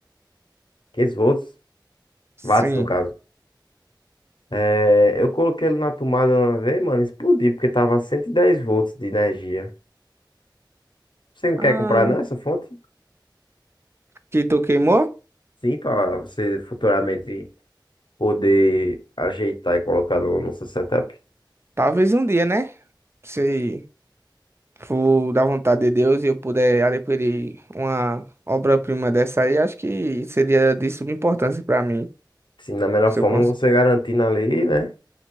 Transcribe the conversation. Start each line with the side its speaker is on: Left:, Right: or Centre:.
Left: 500 volts,
Right: Sim.
Left: watts no caso. É, eu coloquei ele na tomada uma vez, mano, explodiu, porque tava 110 volts de energia. Você não quer
Right: Ah,
Left: comprar, não, essa fonte?
Right: que tu queimou?
Left: Sim, pra você futuramente poder ajeitar e colocar no, no seu setup.
Right: Talvez um dia, né? Se for da vontade de Deus e eu puder adquirir uma obra-prima dessa aí, acho que seria de suma importância pra mim.
Left: Sim, da melhor
Right: Se
Left: forma
Right: eu cons...
Left: você garantindo ali, né?